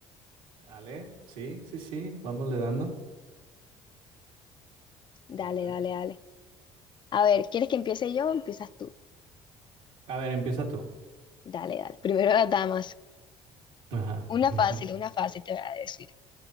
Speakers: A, on the right; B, on the left.
A: vale, sí, sí, sí, vamos le dando.
B: Dale,
A: A ver.
B: dale, dale. A ver, ¿quieres que empiece yo o empiezas tú?
A: A ver, empieza tú.
B: Dale, dale. Primero las damas.
A: Ajá.
B: Una
A: <laughs>
B: fácil, una fácil te voy a decir.